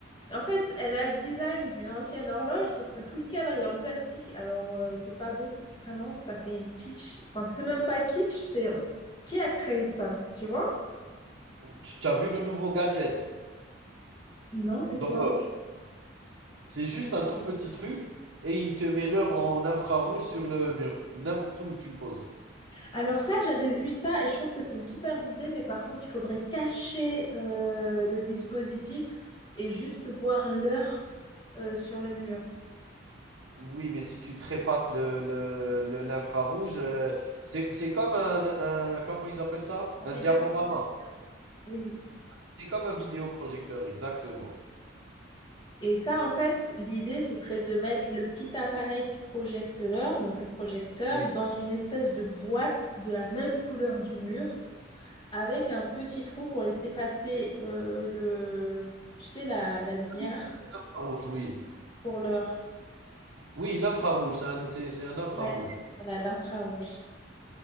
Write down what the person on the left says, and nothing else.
En fait, elle a le design d'une ancienne horloge, sauf que tout le cadre, il est en plastique. Alors, euh, c'est pas bon. Vraiment, ça fait kitsch. Enfin, ça fait même pas kitsch, c'est... Qui a créé ça? Tu vois?
Non, c'est quoi?
Alors ça, j'avais vu ça et je trouve que c'est une superbe idée, mais par contre, il faudrait cacher euh, le dispositif et juste voir l'heure euh, sur le mur.
Un
vidéoprojecteur.
Oui.
Et ça, en fait, l'idée, ce serait de mettre le petit appareil qui projette l'heure, donc le projecteur,
dans une espèce de boîte de la même couleur du mur, avec un petit trou pour laisser passer euh, le, tu sais, la, la lumière
pour l'heure.
Ouais, Voilà, l'infrarouge.